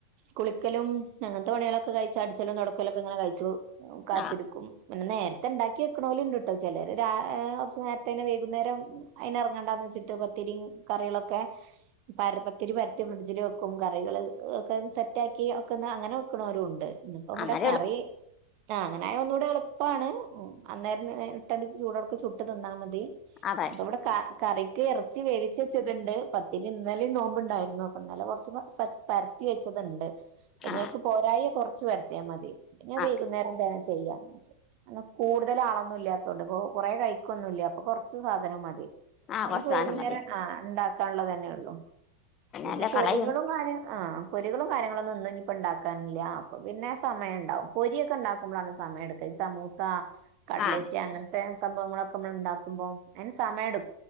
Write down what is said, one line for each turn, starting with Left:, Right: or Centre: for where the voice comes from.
Right: കുളിക്കലും അങ്ങനത്തെ പണികളൊക്കെ കഴിച്ചു അടിച്ചലും തൊടക്കലൊക്കെ ഇങ്ങനെ കഴിച്ചു കാത്തിരിക്കും
Left: ആ
Right: പിന്നെ നേരത്തെ ഇണ്ടാക്കി വെക്കാണോലും ഇണ്ട് ട്ടോ ചെലര് രാ കൊറച്ച് നേരത്തെനെ വൈകുന്നേരം അയിന് ഇറങ്ങണ്ടന്ന് ച്ചിട്ട് പത്തിരിം കറികളൊക്കെ പര പത്തിരി പരത്തി ഫ്രിഡ്ജില് വെക്കും കറികള് ഒക്കെ സെറ്റാക്കി വെക്കുന്ന അങ്ങനെ വെക്കണോരും ഉണ്ട് ഇന്നിപ്പോ ഇവ്ടെ
Left: അന്നേരം
Right: കറി
Left: എളുപ്പം
Right: ആഹ് അങ്ങനായ ഒന്നുകൂടെ എളുപ്പാണ് ഉം അന്നേരം ഇട്ടണ്ട ചൂടോടെക്കെ ചുട്ട് തിന്നാ മതി
Left: അതെ
Right: ഇപ്പോ ഇവിടെ കാ കറി ക്ക് എറച്ചി വേവിച്ച് വെച്ച്ണ്ടണ്ട് പത്തിരി ഇന്നലേം നോമ്പുണ്ടാരുന്നു അപ്പോ ഇന്നലെ കൊറച്ചു പ പരത്തി വെച്ചതുണ്ട് പ്പിന്നേക്ക്
Left: ആ
Right: പോരായ കൊറ് ച്ച് പരത്തിയാ മതി പിന്നേ
Left: ആ
Right: വൈകുന്നേരം ചെയ്യാ ച്ച് കാരണം കൂടുതല് ആളൊന്നും ഇല്ലാത്തോണ്ട് കൊറേ കഴിക്കൊന്നും ഇല്ല്യ അപ്പോ കൊറച്ച് സാധനം മതി
Left: ആ
Right: നമുക്ക്
Left: കുറച്ച് സാധനം
Right: വൈകുന്നേരം
Left: മതി
Right: ആഹ് ഇണ്ടാക്കാന്ള്ളത് തന്നെ ള്ളു പിന്നെ
Left: അല്ല
Right: പൊരികളും
Left: കളയും
Right: കാര്യ ആഹ് പൊരികളും കാര്യങ്ങളൊന്നും ഒന്നും ഇന്നിപ്പ ഇണ്ടാക്കാനില്ല അപ്പോ പിന്നെ സമയം ഇണ്ടാവും പൊരിയെക്കെ ഇണ്ടാക്കുമ്പോഴാണ് സമയെടുക്കാ സമൂസ കട്‌ലെറ്റ്
Left: ആ
Right: അങ്ങൻത്തെ സംഭവങ്ങളൊക്കെ മ്മള് ഒണ്ടാക്കുമ്പോ അയിന് സമയം എടുക്കും